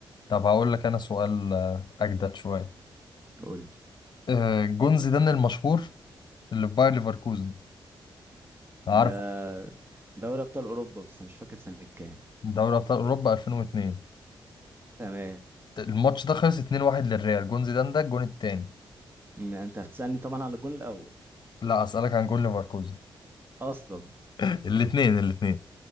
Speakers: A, on the left; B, on the right.
A: طب هقول لك انا سؤال آه، اجدد شويه
B: قول لي
A: آه، جون زيدان المشهور اللي في باير ليفركوزن عارفه
B: ده دوري ابطال اوروبا بس مش فاكر سنة كام
A: دوري ابطال اوروبا 2002
B: تمام
A: الماتش ده خلص 2-1 للريال جون زيدان ده الجون التاني
B: ما انت هتسألني طبعا على الجون الاول
A: لا اسالك عن جون ليفركوزن
B: اصلا
A: <laughs> الاثنين الاثنين